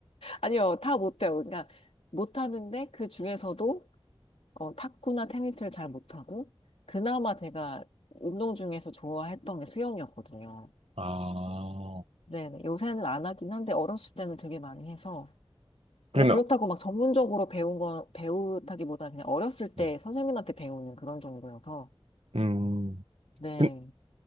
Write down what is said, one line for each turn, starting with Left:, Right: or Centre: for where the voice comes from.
Left: 아니요, 다 못해요. 그러니까 못하는데 그 중에서도 어, 탁구나 테니스를 잘 못하고, 그나마 제가 운동 중에서 좋아했던 게 수영이었거든요.
Right: 아,
Left: 네네. 요새는 안 하긴 한데, 어렸을 때는 되게 많이 해서. 근데
Right: 그러면,
Left: 그렇다고 막 전문적으로 배운 건, 배우다기보다 그냥 어렸을
Right: 네.
Left: 때 선생님한테 배우는 그런 정도여서.
Right: 음,
Left: 네.
Right: 근-